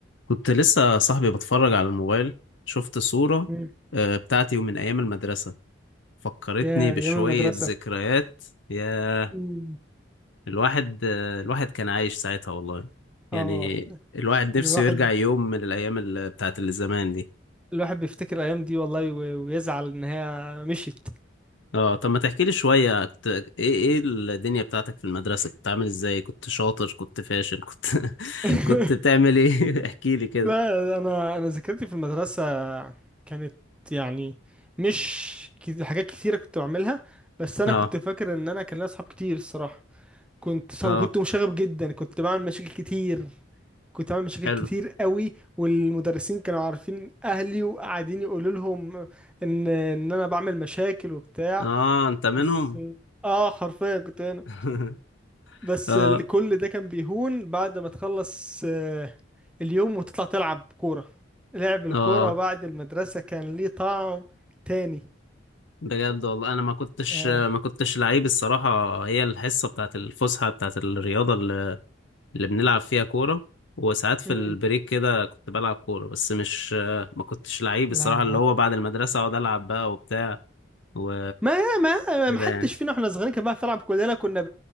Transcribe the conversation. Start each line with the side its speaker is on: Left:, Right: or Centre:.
Left: كنت لسه صاحبي بتفرج على الموبايل شفت صورة
Centre: مم.
Left: آه، بتاعتي ومن أيام المدرسة فكرتني
Centre: يا
Left: بشوية
Centre: أيام المدرسة
Left: ذكريات يا
Centre: مم.
Left: الواحد آه، الواحد كان عايش ساعتها والله يعني
Centre: اه
Left: الواحد نفسه
Centre: الواحد
Left: يرجع يوم من الأيام ال- بتاعت اللي زمان دي
Centre: الواحد بيفتكر الأيام دي والله و- ويزعل إن هي مشيت
Left: اه طب ما تحكي لي شوية كنت إيه إيه الدنيا بتاعتك في المدرسة كنت عامل إزاي كنت شاطر كنت فاشل كنت <laughs>
Centre: <laughs>
Left: كنت بتعمل إيه <laughs> احكي لي كده
Centre: لا أنا أنا ذاكرتي في المدرسة كانت يعني مش كت- حاجات كتيرة كنت بعملها بس أنا
Left: اه
Centre: كنت فاكر إن أنا كان لي أصحاب كتير الصراحة كنت ص-
Left: اه
Centre: وكنت مشاغب جدا كنت بعمل مشاكل كتير كنت بعمل مشاكل
Left: حلو
Centre: كتير قوي والمدرسين كانوا عارفين أهلي وقاعدين يقولوا لهم إن إن أنا بعمل مشاكل وبتاع
Left: اه أنت منهم
Centre: بس اه حرفيا كنت هنا
Left: <laughs>
Centre: بس
Left: اه
Centre: ال- كل ده كان بيهون بعد ما تخلص آه، اليوم وتطلع تلعب كورة لعب الكورة
Left: اه
Centre: بعد المدرسة كان ليه طعم تاني
Left: بجد والله انا ما كنتش
Centre: اه
Left: ما كنتش لعيب الصراحه هي الحصه بتاعت الفسحه بتاعت الرياضه اللي, اللي بنلعب فيها كوره وساعات في
Centre: مم.
Left: البريك كده كنت بلعب كوره بس مش ما كنتش لعيب
Centre: لا
Left: الصراحه اللي هو بعد المدرسه اقعد العب بقى وبتاع و
Centre: ما ما
Left: كده
Centre: ما حدش
Left: يعني
Centre: فينا احنا صغيرين كان بيعرف يلعب كلنا كنا